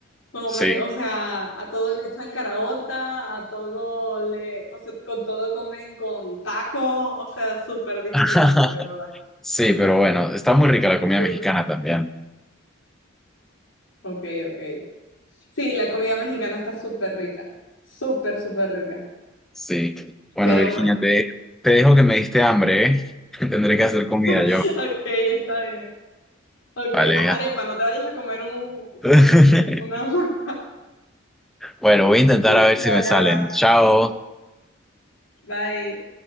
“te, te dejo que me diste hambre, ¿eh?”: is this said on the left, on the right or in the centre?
Centre